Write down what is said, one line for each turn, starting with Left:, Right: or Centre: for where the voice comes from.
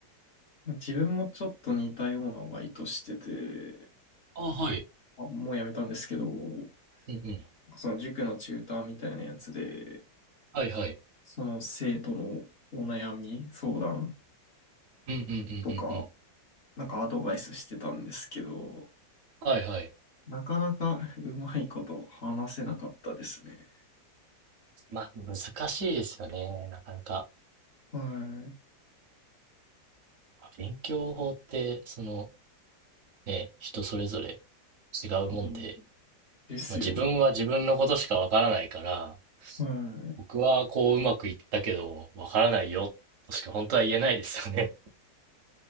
Left: 自分もちょっと似たようなバイトしてて、
Right: あ、はい。
Left: あ、もうやめたんですけど、
Right: うんうん。
Left: その塾のチューターみたいなやつで、
Right: はいはい。
Left: その生徒のお悩み、相談
Right: うんうんうんうんうん。
Left: とか、なんかアドバイスしてたんですけど、
Right: はいはい。
Left: なかなかうまいこと話せなかったですね。
Right: まあ、難しいですよね。なかなか。
Left: はい。
Right: 勉強法って、その、ね、人それぞれ違うもんで、
Left: あのですよね。
Right: まあ、自分は自分のことしかわからないから、
Left: はい。
Right: 僕はこううまくいったけど、わからないよ、としか本当は言えないですよね。